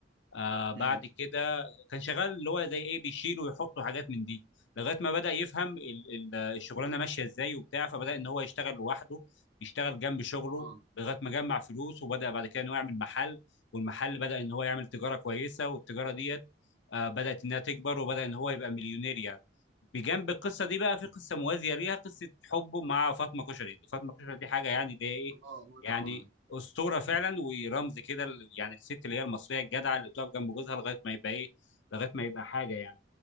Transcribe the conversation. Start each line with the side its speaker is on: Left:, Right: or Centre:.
Left: آه بعد
Right: امم
Left: كده كان شغال اللي هو زي ايه بيشيل ويحط حاجات من دي لغايه ما بدا يفهم ال- ال- الشغلانه ماشيه ازاي وبتاع فبدا ان هو يشتغل لوحده يشتغل جنب شغله
Right: اه
Left: لغايه ما جمع فلوس وبدا بعد كده ان هو يعمل محل والمحل بدا ان هو يعمل تجاره كويسه والتجاره ديت آه بدات انها تكبر وبدا ان هو يبقى مليونير يعني بجنب القصه دي بقى في قصه موازيه ليها قصه حبه مع فاطمه كشري فاطمه كشري دي حاجه يعني اللي هي ايه
Right: اه هو
Left: يعني
Right: طبعا
Left: اسطوره فعلا ورمز كده ال- يعني الست اللي هي المصريه الجدعه اللي بتقف جنب جوزها لغايه ما يبقى ايه لغايه ما يبقى حاجه يعني